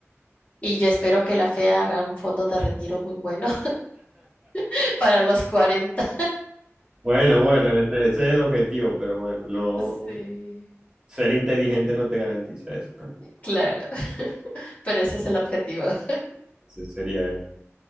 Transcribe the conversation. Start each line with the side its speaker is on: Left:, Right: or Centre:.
Left: Y yo espero que la fea haga un fondo de retiro muy bueno <laughs> para los 40.
Right: Bueno, bueno, ese, ese es el objetivo, pero bueno, no
Left: Sí.
Right: ser inteligente no te garantiza eso tampoco.
Left: Claro, <laughs> pero ese es el objetivo. <laughs>
Right: Ese sería,